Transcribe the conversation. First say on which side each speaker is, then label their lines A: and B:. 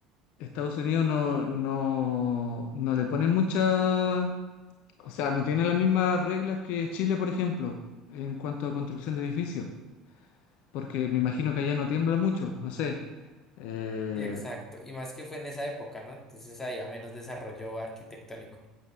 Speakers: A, on the left; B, on the left.
A: Estados Unidos no, no, no le pone mucha, o sea, no tiene las mismas reglas que Chile, por ejemplo, en cuanto a construcción de edificios, porque me imagino que allá no tiembla mucho, no sé. Eh,
B: Sí, exacto. Y más que fue en esa época, ¿no? Entonces había menos desarrollo arquitectónico.